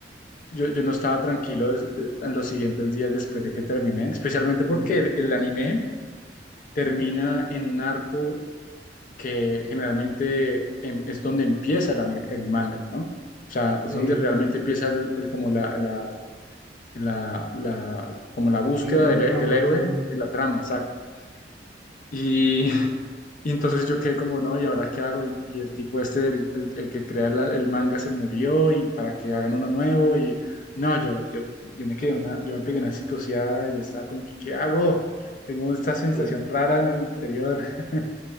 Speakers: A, on the left; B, in the centre.
A: yo, yo no estaba tranquilo des- de- en los siguientes días después de que terminé, especialmente
B: No,
A: porque el, el anime termina en un arco que generalmente em- es donde empieza el, ani- el manga, ¿no? O sea, es
B: sí.
A: donde realmente empieza el- el- como la, la, la- la- como la búsqueda
B: Digamos,
A: del,
B: la trama,
A: del héroe
B: pues,
A: y la trama, exacto. Y, <laughs> y entonces yo quedé como, no, ¿y ahora qué hago? Y, y el tipo este, el, el- el que crea la- el manga se murió y para que hagan uno nuevo y no, yo, yo, yo me quedé una, yo me pegué una psicoseada y estaba como, ¿qué, qué hago? Tengo esta sensación
B: sí.
A: rara en el interior. <laughs>